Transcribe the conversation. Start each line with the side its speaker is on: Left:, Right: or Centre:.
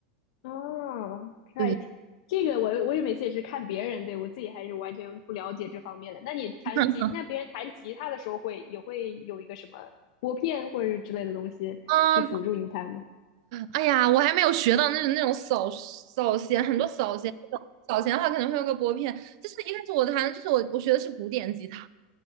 Left: 哦，right，
Right: 对，
Left: 这个我我也每次也是看别人，对，我自己还是完全不了解这方面的。那你弹吉，
Right: <laughs>
Left: 那别人弹吉他的时候会也会有一个什么拨片或者是之类的东西去辅助你弹吗？
Right: 嗯，哎呀，我还没有学到那种那种扫扫弦，很多扫弦，扫弦的话可能会用个拨片。就是一开始我弹，就是我我学的是古典吉他，